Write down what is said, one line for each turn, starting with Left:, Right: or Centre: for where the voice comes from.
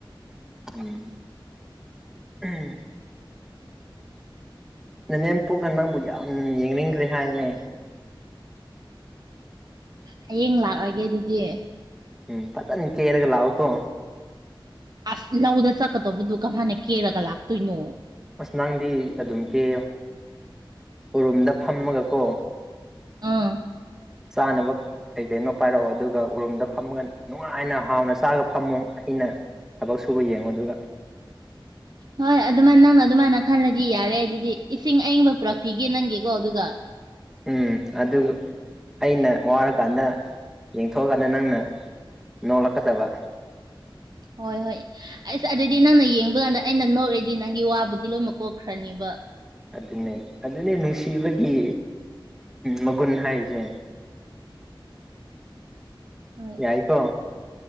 Centre: ꯎꯝ <unintelligible> ꯏꯅꯦꯝꯄꯣꯛꯅ ꯅꯪꯕꯨ ꯌꯥꯝ ꯌꯦꯡꯅꯤꯡꯈ꯭ꯔꯦ ꯍꯥꯏꯅꯦ꯫
Right: ꯍꯌꯦꯡ ꯂꯥꯛꯂꯒꯦ ꯑꯗꯨꯗꯤ꯫
Centre: ꯎꯝ ꯐꯖꯟꯅ ꯀꯦꯔꯒ ꯂꯥꯛꯎꯀꯣ꯫
Right: ꯑꯁ ꯂꯧꯗ ꯆꯠꯀꯗꯧꯕꯗꯨ ꯀꯃꯥꯏꯅ ꯀꯦꯔꯒ ꯂꯥꯛꯇꯣꯏꯅꯣ
Centre: ꯑꯁ ꯅꯪꯗꯤ ꯑꯗꯨꯝ ꯀꯦ ꯎꯔꯨꯝꯗ ꯐꯝꯃꯒ ꯀꯣ
Right: ꯑꯥ
Centre: ꯆꯥꯅꯕ ꯀꯩ ꯀꯩꯅꯣ ꯄꯥꯏꯔꯛꯑꯣ ꯑꯗꯨꯒ ꯎꯔꯨꯝꯗ ꯐꯝꯃꯒ ꯅꯨꯡꯉꯥꯏꯅ ꯍꯥꯎꯅ ꯆꯥꯔꯒ ꯐꯝꯃꯣ ꯑꯩꯅ ꯊꯕꯛ ꯁꯨꯕ ꯌꯦꯡꯉꯨ ꯑꯗꯨꯒ
Right: ꯍꯣꯏ ꯑꯗꯨꯃꯥꯏꯅ ꯅꯪꯅ ꯑꯗꯨꯃꯥꯏꯅ ꯈꯜꯂꯗꯤ ꯌꯥꯔꯦ ꯑꯗꯨꯗꯤ ꯏꯁꯤꯡ ꯑꯏꯤꯡꯕ ꯄꯨꯔꯛꯄꯤꯒꯦ ꯅꯪꯒꯤꯀꯣ ꯑꯗꯨꯒ
Centre: ꯎꯝ ꯑꯗꯨ ꯑꯩꯅ ꯋꯥꯔꯀꯥꯟꯗ ꯌꯦꯡꯊꯣꯛꯑꯀꯥꯟꯗ ꯅꯪꯅ ꯅꯣꯛꯂꯛꯀꯗꯕ
Right: ꯍꯣꯏ ꯍꯣꯏ ꯑꯁ ꯑꯗꯨꯗꯤ ꯅꯪꯅ ꯌꯦꯡꯕ ꯀꯥꯟꯗ ꯑꯩꯅ ꯅꯣꯛꯔꯗꯤ ꯅꯪꯒꯤ ꯋꯥꯕꯨꯗꯤ ꯂꯣꯏꯅꯃꯛ ꯀꯣꯛꯈ꯭ꯔꯅꯦꯕ
Centre: ꯑꯗꯨꯅꯦ ꯑꯗꯨꯅꯦ ꯅꯨꯡꯁꯤꯕꯒꯤ ꯃꯒꯨꯟ ꯍꯥꯏꯁꯦ
Right: ꯍꯣꯏ
Centre: ꯌꯥꯏꯀꯣ